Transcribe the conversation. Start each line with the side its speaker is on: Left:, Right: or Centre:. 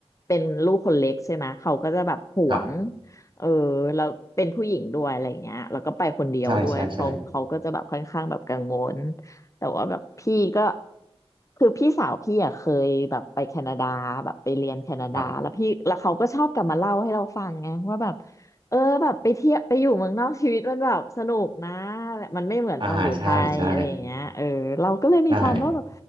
Left: เป็นลูกคนเล็กใช่ไหมเขาก็จะแบบหวง
Right: ครับ
Left: เออแล้วเป็นผู้หญิงด้วยอะไรเงี้ยแล้วก็ไปคนเดียวด้วยเขาเขาก็จะแบบค่อนข้างแบบกังวล
Right: ใช่ใช่ใช่
Left: แต่ว่าแบบพี่ก็คือพี่สาวพี่อ่ะเคยแบบไปแคนาดาแบบไปเรียนแคนาดาแล้วพี่แล้วเขาก็ชอบกลับมาเล่าให้เราฟังไงว่าแบบ
Right: ครับ
Left: เออแบบไปเที่ยวไปอยู่เมืองนอกชีวิตมันแบบสนุกนะมันไม่เหมือนตอนอยู่ไทยอะไรอย่างเงี้ยเออเราก็เลยมีความว่าแบบ
Right: อ่าใช่ใช่ใช่